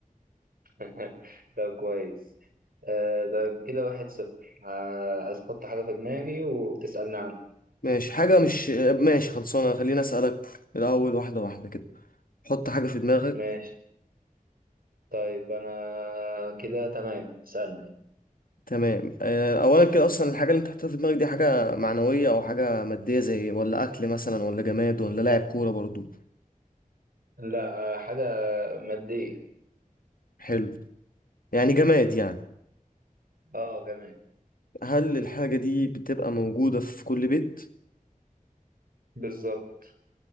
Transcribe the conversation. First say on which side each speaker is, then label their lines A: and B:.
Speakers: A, on the right (about 85°); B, on the left (about 75°).
A: <laughs> طب كويس آه ده كده واحد صفر ه- عايز احط حاجة في دماغي وتسألني عنها
B: ماشي حاجة مش ماشي خلصانة خليني اسألك الاول واحدة واحدة كده حط حاجة في دماغك
A: ماشي طيب انا كده تمام اسألني
B: تمام آه، اولا كده اصلا الحاجه اللي انت حاططها في دماغك دي حاجه معنويه او حاجه ماديه زي ولا اكل مثلا ولا جماد ولا لاعب كوره برضو
A: لا آه، حاجة مادية
B: حلو يعني جماد يعني
A: اه جميل
B: هل الحاجه دي بتبقى موجوده في كل بيت
A: بالظبط